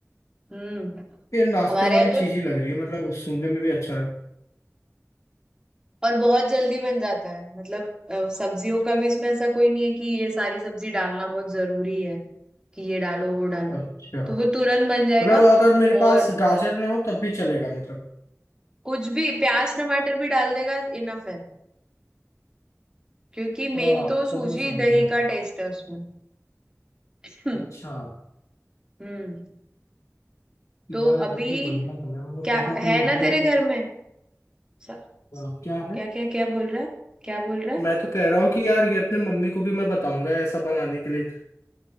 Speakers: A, on the right; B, on the left.
A: हम्म
B: ये नाश्ते
A: हमारे
B: वाली
A: यहाँ तो
B: चीज ही लग रही है मतलब सुनने में भी अच्छा है
A: और बहुत जल्दी बन जाता है मतलब अ, सब्जियों का भी इसमें ऐसा कोई नहीं है कि ये सारी सब्जी डालना बहुत जरूरी है कि ये डालो वो डालो
B: अच्छा
A: तो वो तुरंत बन जाएगा
B: मतलब अगर मेरे
A: और
B: पास गाजर ना हो तब भी चलेगा मतलब
A: कुछ भी प्याज टमाटर भी डाल देगा इनफ है क्योंकि मेन
B: हाँ
A: तो सूजी
B: तब मैं समझ
A: दही
B: गया
A: का टेस्ट है उसमें हम्म
B: अच्छा
A: हम्म। तो
B: यार
A: अभी
B: ये तो बढ़िया लग रहा है मतलब
A: क्या
B: मैं तो अपनी
A: है
B: मम्मी
A: ना तेरे
B: को भी
A: घर में स-
B: आ, क्या है
A: क्या क्या क्या बोल रहा है क्या बोल रहा है
B: मैं तो कह रहा हूँ कि यार ये अपने मम्मी को भी मैं बताऊंगा ऐसा बनाने के लिए